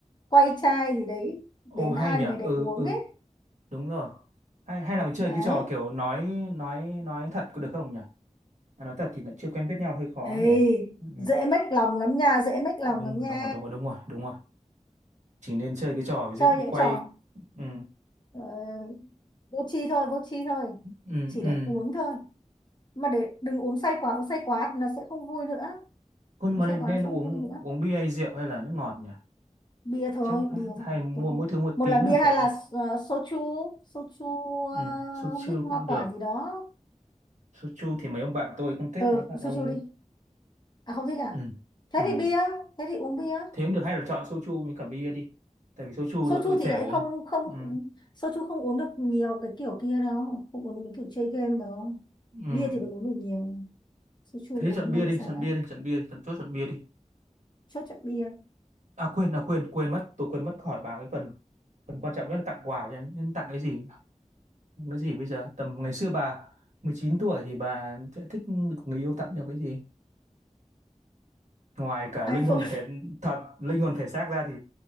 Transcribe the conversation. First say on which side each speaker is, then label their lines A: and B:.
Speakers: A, on the left; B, on the right.
A: quay chai gì đấy đến
B: Ô hay
A: ai
B: nhỉ?
A: thì người đấy
B: Ừ,
A: uống
B: ừ,
A: ấy
B: đúng rồi. Hay, hay là mình chơi
A: đấy
B: cái trò kiểu nói nói nói thật có được không nhỉ? À, nói thật thì lại chưa quen biết nhau hơi khó
A: Ê,
B: nhỉ? Ừ,
A: dễ mách lòng lắm nha dễ mách lòng
B: đúng
A: lắm
B: rồi,
A: nha
B: đúng rồi, đúng rồi, đúng rồi, đúng rồi. Chỉ nên chơi cái trò ví dụ
A: chơi
B: như
A: những
B: quay.
A: trò
B: Ừ,
A: Ờ, vô tri thôi vô tri thôi
B: ừ,
A: chỉ
B: ừ.
A: là uống thôi mà để đừng uống say quá uống say quá thì nó sẽ không vui nữa
B: Cô nhưng
A: uống
B: mà nên,
A: say quá
B: nên
A: nó sẽ không
B: uống
A: vui nữa
B: uống bia hay rượu hay là nước ngọt nhỉ?
A: bia thôi
B: Chắc hay,
A: bia
B: hay
A: thôi
B: mua
A: Tôi-
B: mỗi thứ một
A: một
B: tí
A: là bia
B: nhỉ?
A: hay
B: Tại
A: là ờ, soju soju
B: ừ,
A: uh,
B: soju
A: mix hoa
B: cũng được.
A: quả gì đó
B: Soju thì mấy ông bạn tôi không thích,
A: ừ
B: mấy bạn ông
A: soju đi à không thích à
B: ừ,
A: thế
B: ừ.
A: thì bia thế thì uống bia
B: Thế cũng được hay là chọn soju với cả bia đi. Tại vì soju
A: soju
B: đội đội trẻ
A: thì lại
B: uống.
A: không không
B: Ừ,
A: soju không uống được nhiều cái kiểu kia đâu không uống được cái kiểu chơi game đâu
B: ừ.
A: bia thì còn uống được nhiều soju
B: Thế
A: uống
B: chọn bia
A: hay
B: đi,
A: say
B: chọn
A: lắm
B: bia đi, chọn bia đi, chọn chốt chọn bia đi.
A: chốt chọn bia
B: À quên, à quên, quên mất, tôi quên mất hỏi bà cái phần phần quan trọng nhất là tặng quà cho em. Nên tặng cái gì? Tặng Cái gì bây giờ? Tầm ngày xưa bà 19 tuổi thì bà sẽ thích người yêu tặng cho cái gì? ngoài cả
A: iPhone
B: linh hồn và thể thật linh hồn thể xác ra thì